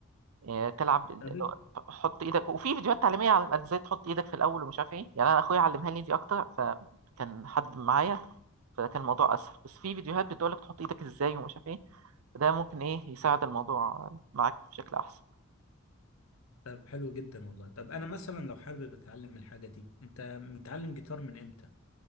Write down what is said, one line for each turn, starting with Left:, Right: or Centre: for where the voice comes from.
Right: آه، تلعب ال-
Left: طب
Right: ال- حط ايدك وفي فيديوهات تعليميه على على ازاي تحط ايدك في الاول ومش عارف ايه يعني انا اخويا علمها لي دي اكتر فكان حد معايا فكان الموضوع اسهل بس في فيديوهات بتقولك تحط ايدك ازاي ومش عارف ايه فده ممكن ايه يساعد الموضوع معاك بشكل احسن
Left: طب حلو جدا والله طب انا مثلا لو حابب اتعلم الحاجه دي انت متعلم جيتار من امتى